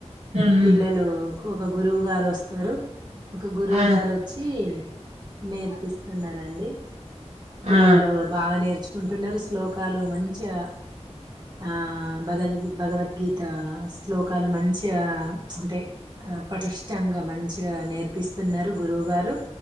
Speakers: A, on the right; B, on the right.
A: ఉమ్.
B: పిల్లలు ఒక గురువు గారు వస్తారు ఒక గురువు
A: ఆ
B: గారు వచ్చి నేర్పిస్తున్నరండి
A: ఆ
B: పిల్లలు బాగా నేర్చుకుంటున్నారు శ్లోకాలు మంచిగా ఆ భగద్ భగవద్గీత శ్లోకాలు మంచిగా ఉంటాయి పటిష్టంగా మంచిగా నేర్పిస్తున్నారు గురువు గారు